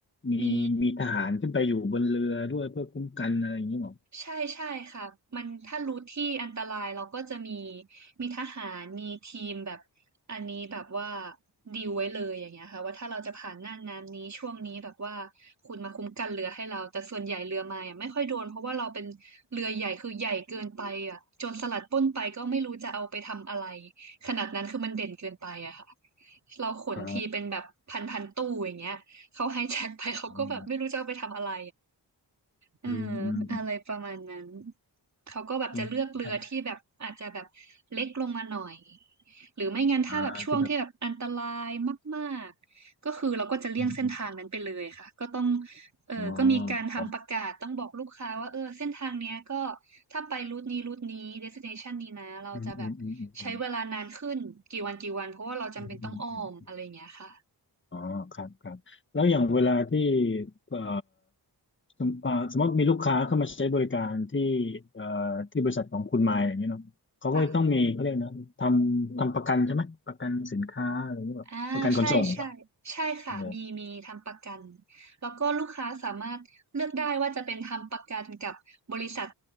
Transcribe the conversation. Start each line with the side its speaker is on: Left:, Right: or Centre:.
Left: มีมีทหารขึ้นไปอยู่บนเรือด้วยเพื่อคุ้มกันอะไรอย่างนี้หรอ
Right: มี ใช่ใช่ค่ะมันถ้ารู้ที่อันตรายเราก็จะมีมีทหารมีทีมแบบอันนี้แบบว่าดีลไว้เลยอย่างเงี้ยค่ะว่าถ้าเราจะผ่านหน้าน้ำนี้ช่วงนี้แบบว่าคุณมาคุ้มกันเรือให้เราแต่ส่วนใหญ่เรือมาอ่ะไม่ค่อยโดนเพราะว่าเราเป็นเรือใหญ่คือใหญ่เกินไปอ่ะโจรสลัดปล้นไปก็ไม่รู้จะเอาไปทำอะไรขนาดนั้นคือมันเด่นเกินไปอะค่ะเราขนทีเป็นแบบพันพันตู้อย่างเงี้ยเขาไฮแจ็คไปเขาก็แบบไม่รู้จะเอาไปทำอะไร
Left: อ๋ออืม
Right: เออ
Left: อืมอืมอืม
Right: อะไรประมาณนั้นเขาก็แบบจะเลือกเรือที่แบบอาจจะแบบเล็กลงมาหน่อย
Left: โอเคครับ
Right: หรือไม่งั้นถ้าแบบช่วงที่แบบอันตรายมากๆก็คือเราก็จะเลี่ยงเส้นทางนั้นไปเลยค่ะก็ต้อง
Left: อ่าที่แบบอืมอืม
Right: เออก็มีการทำประกาศต้องบอกลูกค้าว่าเออเส้นทางเนี้ยก็
Left: อ๋อครับ
Right: ถ้าไปรูทนี้รูทนี้ destination นี้นะเราจะแบบใช้เวลานานขึ้นกี่วันกี่วันเพราะว่าเราจำเป็นต้องอ้อมอะไรอย่างเงี้ยค่
Left: อืมอืมอืมอืมอืมอืมอืม อ๋อ ครับ ครับแล้วอย่างเวลาที่เอ่อสมอ่าสมมติมีลูกค้าเข้ามาใช้บริการที่เอ่อที่บริษัทของคุณมายอย่างเงี้ยเนาะเขาก็ต้องมีเขาเรียกนะทำทำประกันใช่ไหม
Right: ะ
Left: ประกันสินค้าอะไรอย่างเงี้ยแบบประกันขนส่งป่ะ
Right: อ่าใช่ใช่ใช่ค่ะมีมีทำประกัน
Left: เออ
Right: แล้วก็ลูกค้าสามารถเลือกได้ว่าจะเป็นทำประกันกับบริษัท